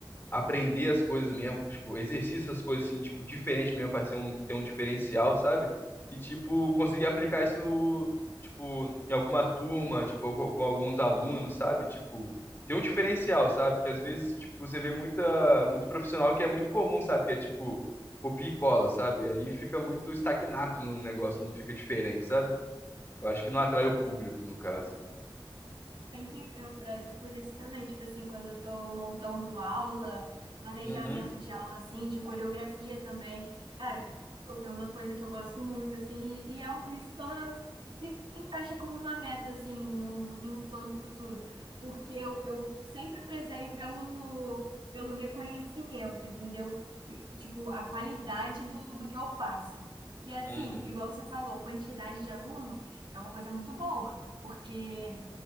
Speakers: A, on the left (about 25°); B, on the right (about 75°).
A: aprender as coisas mesmo, tipo, exercício as coisas assim, tipo, diferente mesmo pra ser um, ter um diferencial, sabe? E, tipo, conseguir aplicar isso, no, tipo, em alguma turma, tipo, com, com alguns alunos, sabe? Tipo, ter um diferencial, sabe? Que às vezes, tipo, você vê muita, muito profissional que é muito comum, sabe? Que é, tipo, copia e cola, sabe? Aí fica muito estagnado no negócio, não fica diferente, sabe? Eu acho que não atrai o público, no caso.
B: Sempre eu prezo por isso também, tipo assim, quando eu tô montando aula, planejamento
A: Uhum,
B: de aula, assim, de coreografia também, cara, eu- é uma coisa que eu gosto muito, assim, e, e é um, e se torna, se encaixa como uma meta, assim, em um, em um plano futuro, porque eu, eu sempre prezei pelo, pelo reconhecimento, entendeu? E, tipo, a qualidade do, do que eu faço. E assim,
A: uhum,
B: igual você falou, quantidade de aluno é uma coisa muito boa, porque